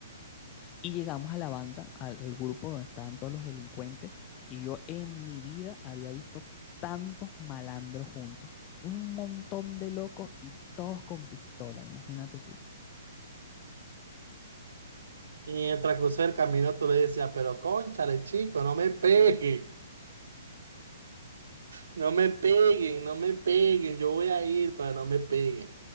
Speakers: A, on the left; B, on the right.
A: Y llegamos a la banda, al, al grupo donde estaban todos los delincuentes y yo en mi vida había visto tantos malandros juntos, un montón de locos y todos con pistola, imagínate tú.
B: Y en el transcurso del camino tú le decías, pero cónchale, chico, no me pegues. No me peguen, no me peguen, yo voy a ir para no me peguen.